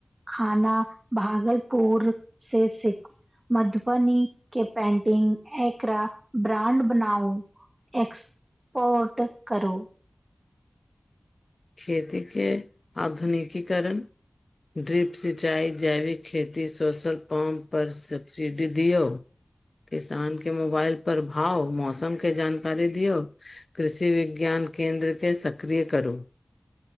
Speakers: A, on the right (about 45°); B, on the left (about 70°).
A: खाना भागलपुर से सिक्स मधुबनी के पेंटिंग एकरा ब्रांड बनाउ, एक्स पोर्ट करू।
B: खेती के आधुनिकीकरण ड्रिप सिचाईं, जैविक खेती, सोशल पम्प, पर सब्सिडी दियौ। किसान के मोबाइल पर भाव, मौसम के जानकारी दियौ। कृषि विज्ञान केंन्द्र के सक्रिय करू।